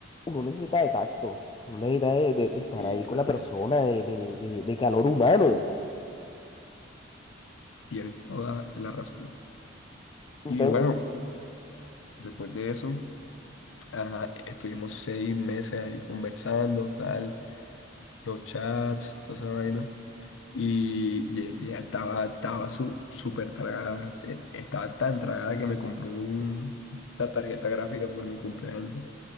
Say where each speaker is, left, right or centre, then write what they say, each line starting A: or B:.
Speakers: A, on the left; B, on the left.
A: uno necesita de tacto, uno necesita de,
B: sí,
A: de- de estar ahí
B: claro,
A: con la persona, de, de, de, de calor humano.
B: tienes toda la razón. Y
A: Entonces,
B: bueno, después de eso, ajá, estuvimos seis meses ahí conversando, tal, los chats, toda esa vaina. Y ye- ya, estaba, estaba su- súper tragada, te- estaba tan tragada que me compró un- una tarjeta gráfica por mi cumpleaños.